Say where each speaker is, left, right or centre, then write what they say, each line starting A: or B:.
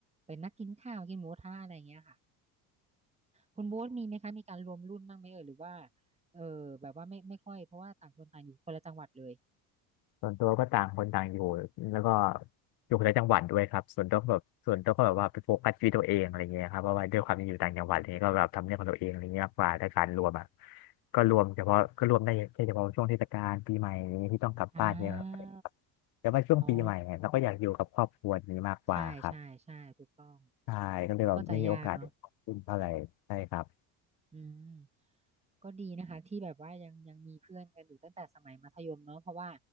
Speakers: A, on the right; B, on the left.
A: เป็นนัดกินข้าวกินหมูกระทะอะไรอย่างเงี้ยค่ะคุณโบ๊ทมีไหมคะมีการรวมรุ่นบ้างไหมเอ่ยหรือว่าเออแบบว่าไม่ไม่ค่อยเพราะว่าต่างคนต่างอยู่คนละจังหวัดเลย
B: ส่วนตัวก็ต่างคนต่างอยู่แล้วก็อยู่คนละจังหวัดด้วยครับส่วนตัวก็แบบส่วนตัวก็แบบว่าไปโฟกัสชีวิตตัวเองอะไรเงี้ยครับเพราะว่าด้วยความที่อยู่ต่างจังหวัดอะไรเงี้ยก็แบบทำเรื่องของตัวเองอะไรเงี้ยมากกว่าแต่การรวมอ่ะก็รวมเฉพาะก็รวมได้แค่เฉพาะช่วงเทศกาลปีใหม่อะไรเงี้ยที่ต้องกลับบ้านเนี่ยครับ
A: อ่า
B: แต่ว่าช่วงปีใหม่เนี่ยเราก็อยากอยู่กับครอบครัวนี้มากกว่าครับ
A: อ๋อใช่ใช่ใช่ถูกต้อง
B: ใช่ก็เลยแบบไม่มีโอกาสขึ้นเท่าไหร่ใช่ครับ
A: ก็จะยากเนาะ อืมก็ดีนะคะที่แบบว่ายังยังมีเพื่อนกันอยู่ตั้งแต่สมัยมัธยมเนาะเพราะว่า